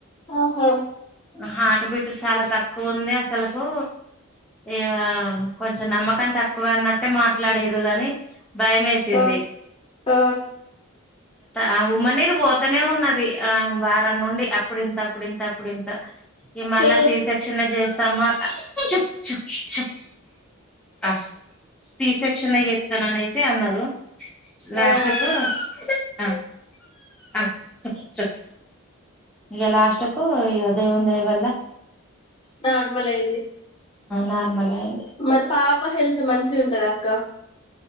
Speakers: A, on the left; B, in the centre.
A: ఆహా
B: హాటు బిట్ చాలా తక్కువ ఉంది అసలుకు ఇగ ఆ కొంచెం నమ్మకం తక్ కువన్నట్టే మాట్లాడిరు గాని భయం వేసింది
A: ఆ ఆ
B: ఆ ఉమ్మనీరు పోతనే ఉన్నది ఆ వారం నుండి అప్పుడింత అప్పుడింత అప్పుడింత ఈ మల్ల
A: ఆ
B: సి సెక్షన్ జేస్ టమాట చు చు చు అ ఫీ సెక్షనే చేతన్ అనేసి తే అన్నారు లాస్ట్
A: అవు
B: కు ఆ ఆ స చెప్ ఇగా లాస్టుకు ఇగా దేవుని దయవల్ల
A: నార్మల్ అయింది
B: నార్మల్ అయింది
A: మరి పాప హెల్త్ మంచి ఉంటదా అక్క